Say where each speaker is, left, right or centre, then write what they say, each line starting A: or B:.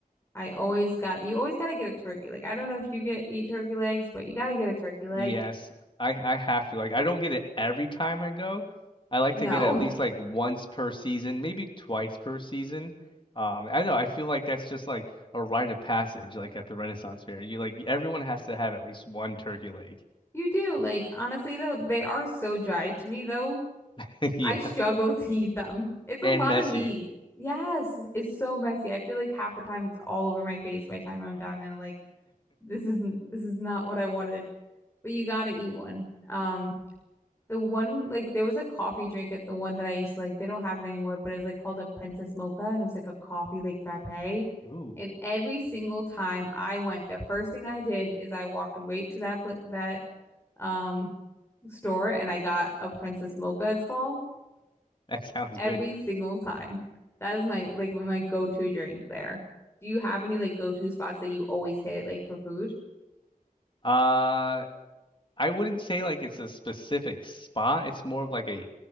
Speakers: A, on the left; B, on the left.
A: I always got you always got to get a turkey. Like I don't know if you get eat turkey legs, but you got to get a turkey leg.
B: Yes, I I have to. Like I don't get it every time I go. I like
A: No.
B: to get it at least
A: <laughs>
B: like once per season, maybe twice per season. Um, I know I feel like that's just like a rite of passage, like at the Renaissance Fair. You like everyone has to have at least one turkey leg.
A: You do. Like honestly though, they are so dry to me though.
B: <laughs> Yeah,
A: I struggle <laughs> to eat them. It's a
B: and
A: lot
B: messy.
A: of meat. Yes, it's so messy. I feel like half the time it's all over my face by the time I'm done and I'm like this isn't this is not what I wanted. But you got to eat one. Um The one like there was a coffee drink at the one that I used to like. They don't have it anymore, but it was like called a Princess Mocha, and it was like a coffee like frappe.
B: Ooh,
A: And every single time I went, the first thing I did is I walked right to that pla that um store and I got a Princess Mocha. It's called
B: <laughs> that sounds
A: every
B: good.
A: single time. That is my like my go-to drink there. Do you have any like go-to spots that you always hit like for food?
B: Uh, I wouldn't say like it's a specific spot. It's more of like a